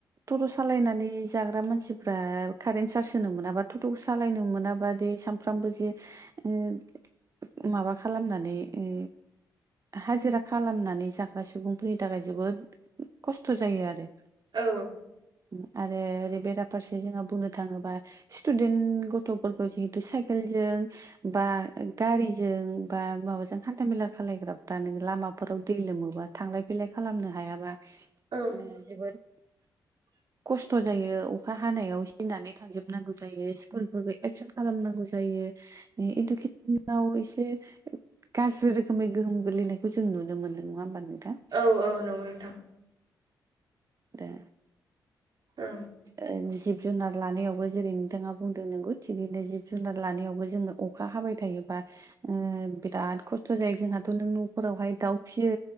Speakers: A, on the right; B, on the right.
A: टट' सालायनानै जाग्रा मानसिफ्रा कारेन्ट चार्ज होनो मोनाबा टट'खौ सालायनो मोनाबा दे साम फ्रामबो जे ओ माबा खालामनानै ओ हाजिरा खालामनानै जाग्रा सुबुंफोरनि थाखाय जोबोद खस्थ' जायो आरो।
B: औ।
A: उम आरो ओरै बेराफारसे जोंहा बुंनो थाङोबा स्टुदेन गथ'फोरखौ जिहेतु साइकेलजों बा गारिजों बा माबाजों हान्थामेला खालायग्राफ्रा नोङो लामाफोराव दै लोमोबा थांलाय फैलाय खालामनो हायाबा
B: औ
A: ओ जोबोर
B: <inaudible>
A: खस्थ' जायो अखा हानायाव सिनानै थांजोबनांगौ जायो स्कुल फोरबो एकसन खालामनांगौ जायो ए इदुके आव एसे गाज्रि रोखोमै गोहोम गोग्लैनायखौ जों नुनो मोनो नङा होमबा नोंथां?
B: औ औ नंगौ नोंथां।
A: रो
B: ओं।
A: ओ जिब जुनार लानायावबो जेरै नोंथाङा बुंदों नोंगौ थिगैनो जिब जुनार लानायावबो जोंनो अखा हाबाय थायोबा ओ बिराद खस्थ' जायो जोंहाथ' नों न'फोरावहाय दाउ फियो।